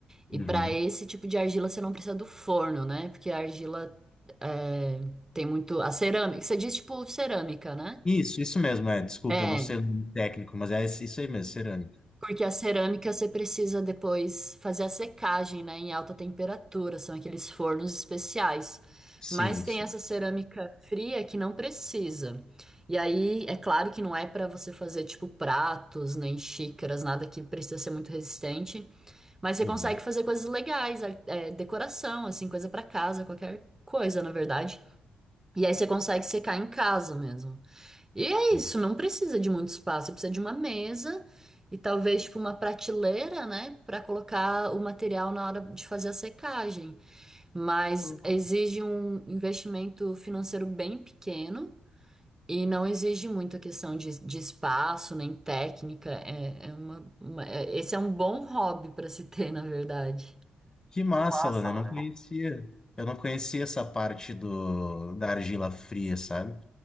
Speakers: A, on the right; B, on the left.
A: E
B: Uhum.
A: pra esse tipo de argila você não precisa do forno, né? Porque a argila é, tem muito. A cerâmica, você diz tipo cerâmica, né?
B: Isso, isso mesmo, é. Desculpa,
A: É,
B: eu não sei o nome técnico, mas é esse- isso aí mesmo, cerâmica.
A: Porque a cerâmica você precisa depois fazer a secagem, né, em alta temperatura, são aqueles fornos especiais.
B: Sim,
A: Mas tem
B: sim.
A: essa cerâmica fria que não precisa. E aí, é claro que não é para você fazer tipo pratos, nem xícaras, nada que precisa ser muito resistente, mas você
B: Uhum,
A: consegue fazer coisas legais, ar- é, decoração, assim, coisa para casa, qualquer coisa, na verdade. E aí você consegue secar em casa mesmo. E é
B: sim.
A: isso, não precisa de muito espaço, você precisa de uma mesa e talvez tipo uma prateleira, né, para colocar o material na hora de fazer a secagem. Mas
B: Ok.
A: exige um investimento financeiro bem pequeno e não exige muita questão de, de espaço nem técnica. É, é uma, uma- é- esse é um bom hobby para se ter, na verdade.
B: Que massa,
A: Que massa,
B: Lana.
A: Lorena.
B: Eu não conhecia. Eu não conhecia essa parte do, da argila fria, sabe?